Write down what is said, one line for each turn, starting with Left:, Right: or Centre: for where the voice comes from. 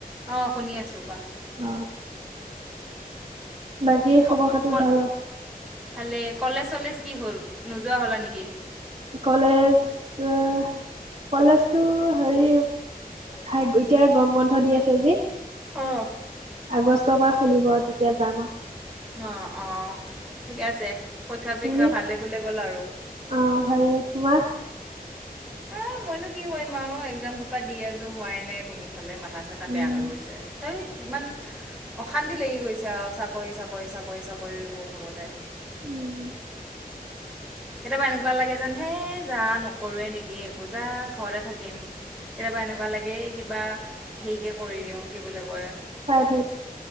Centre: অ', শুনি আছোঁ কোৱা।
Right: অ বাকী
Centre: ক
Right: খবৰ-খাতি
Centre: ক
Right: ভাল হ
Centre: ভালে, কলেজ-চলেজ কি হ'ল নোযোৱা হ'লা নিকি?
Right: কলেজ আ, কলেজটো হেৰি হাই এতিয়া গৰম বন্ধ দি আছে যি।
Centre: অ'।
Right: আগষ্টৰ পৰা খুলিব, তিতিয়া যাম আও।
Centre: অ', অ', ঠিকে আছে। পৰীক্ষা-চৰীক্ষা
Right: তুমি
Centre: ভালে-ভুলে গ'ল আৰু?
Right: অ', ভালে, তোমাৰ?
Centre: এ মইনো কি কৰিম আৰু এক্জাম সোপা দি আছোঁ হোৱাই নাই কোনো ফালে মা মাথা চাথা বেয়া
Right: উম
Centre: হৈ গৈছে, ধেই ইমান অশান্তি লাগি গৈছে আৰু চাকৰি-চাকৰি-চাকৰি-চাকৰি কৰি থাকোঁতে।
Right: উম।
Centre: কেতিয়াবা এনেকুৱা লাগে যেন হেই যা নকৰোঁৱে নেকি একো যা ঘৰতে থাকিম। কেতিয়াবা এনেকুৱা লাগে কিবা হেৰিকে কৰি দিওঁ, কি বুলি কয়?
Right: <unintelligible>